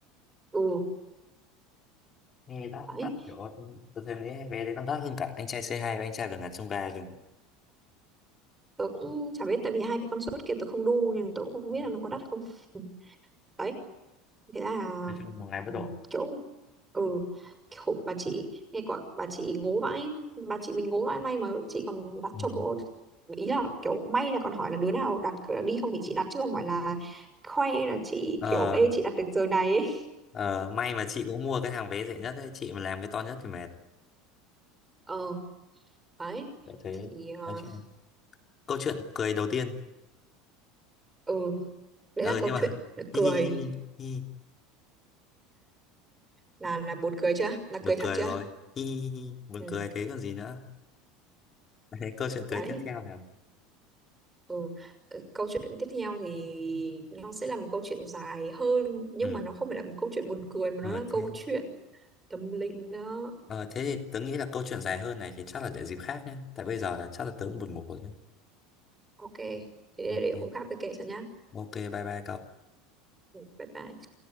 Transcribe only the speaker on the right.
Ừ,
đấy
tớ cũng chả biết tại vì hai cái con sốt kia tớ không đu nên tớ cũng không
biết là nó có đắt không Ừ. đấy thế là
ừ,
kiểu ừ khổ bà chị nghe gọi bà chị ngố vãi bà chị mình ngố vãi may mà chị còn đặt
cho bộ ý là kiểu may là còn hỏi là đứa nào đặt đi không thì chị đặt chứ không phải là khoe là chị
kiểu ê chị đặt được giờ này ấy
ờ đấy
thì ờ,
ừ đấy
là câu
chuyện cười
là là buồn cười chưa là
cười thật
chưa
ừ
đấy
Ừ. ờ, Câu chuyện tiếp theo thì nó sẽ là một câu chuyện dài hơn nhưng
mà nó không phải là một câu chuyện buồn cười mà
nó là
câu chuyện tâm linh đó.
Ok, thế để,
để hôm khác tôi kể cho nhá.
Ừ, Bye bye.